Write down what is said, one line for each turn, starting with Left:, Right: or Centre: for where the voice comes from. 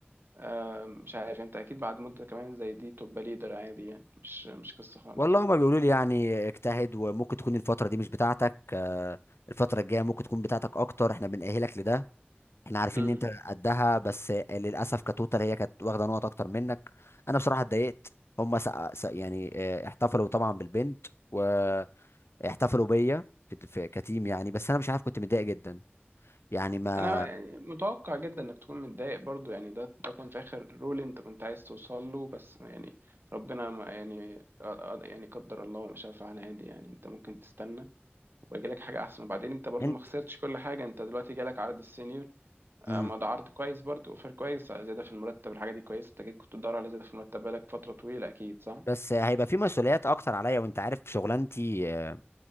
Right: آم، مش عارف انت اكيد بعد مدة كمان زي دي تبقى ليدر عادي يعني مش مش قصة خالص
Left: والله هما بيقولوا لي يعني اجتهد وممكن تكون الفتره دي مش بتاعتك آه، الفتره الجايه ممكن تكون بتاعتك اكتر احنا بنأهلك لده احنا عارفين
Right: امم
Left: ان انت قدها بس للاسف كتوتال هي كانت واخده نقط اكتر منك انا بصراحه اتضايقت هم س... س... يعني آه، احتفلوا طبعا بالبنت واحتفلوا بيا في... في... كتيم يعني بس انا مش عارف كنت متضايق جدا يعني ما
Right: انا يعني متوقع جدا انك تكون متضايق برضو يعني ده ده كان في اخر رول انت كنت عايز توصل له بس يعني ربنا ما يعني آه، آه، يعني قدر الله وما شاء فعل عادي يعني انت ممكن تستنى ويجي لك حاجه احسن وبعدين انت برضو
Left: انت
Right: ما خسرتش كل حاجه انت دلوقتي جالك عرض السينيور آه،
Left: مم.
Right: ما ده عرض كويس برضو اوفر كويس آه، زياده في المرتب الحاجه دي كويسه انت أكيد كنت بتدور على زياده في المرتب بقالك فتره طويله اكيد صح
Left: بس هيبقى في مسؤوليات اكتر عليا وانت عارف شغلانتي آه،